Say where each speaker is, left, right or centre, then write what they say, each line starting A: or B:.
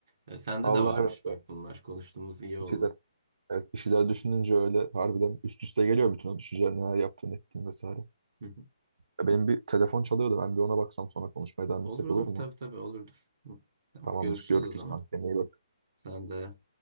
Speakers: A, on the right; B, on the right.
A: e, sende
B: Allah
A: de varmış
B: evet.
A: bak bunlar. Konuştuğumuz iyi oldu.
B: Bir şeyler, evet, bir şeyler düşününce öyle harbiden üst üste geliyor bütün o düşünceler, neler yaptığın, ettiğin vesaire.
A: Hı hı.
B: Ya benim bir telefon çalıyordu, ben bir ona baksam sonra konuşmaya devam
A: Olur
B: etsek
A: olur
B: olur mu?
A: tabii tabii olurdur. Hı. Tamam,
B: Tamamdır,
A: görüşürüz
B: görüşürüz
A: o zaman.
B: kanka. İyi bak.
A: Sen de.